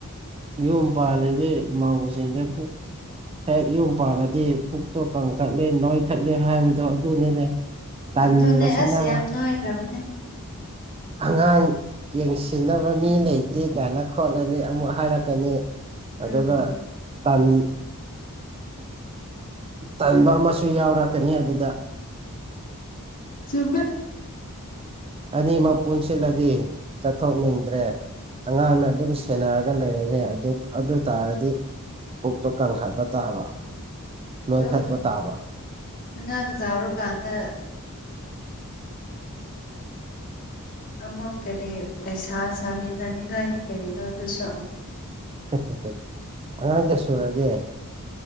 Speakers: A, on the right (about 25°); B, on the left (about 40°).
A: ꯌꯣꯝ ꯄꯥꯜꯂꯤꯕꯤ ꯃꯧꯁꯤꯡꯁꯦ ꯄꯨꯛ ꯍꯦꯛ ꯌꯨꯝ ꯄꯥꯜꯂꯗꯤ ꯄꯨꯛꯇꯣ ꯀꯪꯈꯠꯂꯦ ꯅꯣꯏꯈꯠꯂꯦ ꯍꯥꯏꯕꯗꯣ ꯑꯗꯨꯅꯤꯅꯦ ꯇꯟꯕꯁꯤꯅ
B: ꯑꯗꯨꯅꯦ ꯑꯁ ꯌꯥꯝ ꯅꯣꯏꯈ꯭ꯔꯕꯅꯦ
A: ꯑꯉꯥꯡ ꯌꯦꯡꯁꯤꯟꯅꯕ ꯃꯤ ꯂꯩꯇꯦ ꯀꯥꯏꯅ ꯈꯣꯠꯂꯅꯤ ꯑꯃꯨꯛ ꯍꯥꯏꯔꯛ ꯀꯅꯤ
B: ꯎꯝ
A: ꯑꯗꯨꯒ ꯇꯟ ꯇꯟꯕ ꯑꯃꯁꯨ ꯌꯥꯎꯔꯛꯀꯅꯤ ꯑꯗꯨꯗ
B: ꯆꯨꯝꯃꯦ
A: ꯑꯅꯤꯃꯛ ꯄꯨꯟꯁꯤꯜꯂꯗꯤ ꯆꯠꯊꯣꯛꯅꯤꯡꯗ꯭ꯔꯦ ꯑꯉꯥꯡꯅ ꯑꯗꯨꯝ ꯁꯦꯟꯅꯔꯒ ꯂꯩꯔꯔꯦ ꯑꯗꯨ ꯑꯗꯨ ꯇꯥꯔꯗꯤ ꯄꯨꯛꯇꯣ ꯀꯪꯈꯠꯕ ꯇꯥꯕ
B: ꯑꯗꯨꯝ
A: ꯅꯣꯏꯈꯠꯄ ꯇꯥꯕ
B: ꯑꯉꯥꯡ ꯆꯥꯎꯔꯥꯀꯥꯟꯗ ꯑꯃꯨꯛ ꯀꯔꯤ ꯂꯩꯩꯁꯥ ꯁꯥꯥꯃꯤꯟꯅꯅꯤꯡꯉꯥꯏꯅꯤ ꯀꯔꯤꯅꯣ ꯑꯗꯨꯁꯨ
A: <unintelligible> ꯑꯉꯥꯡ ꯀꯌꯥ ꯁꯨꯔꯒꯦ